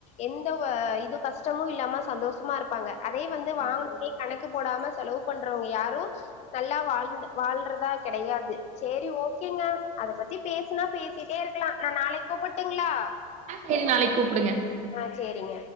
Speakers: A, on the left (about 30°); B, on the right (about 35°).
A: எந்த வ இது கஷ்டமு இல்லாம சந்தோஷமா இருப்பாங்க அதே வந்து வாங்கனோன்னே
B: ஆமா.
A: கணக்கு போடாம செலவு பண்றவங்க யாரு நல்லா வாழ்ந்த வாழ்றதா கெடையாது செரி ஓகேங்க அத பத்தி பேசுனா பேஸ் சிட்டே இருக்கலா நா நாளைக்கு கூப்பிட்டுங்ளா
B: செரி நாளைக்கு கூப்புடுங்க
A: ஆ செரிங்க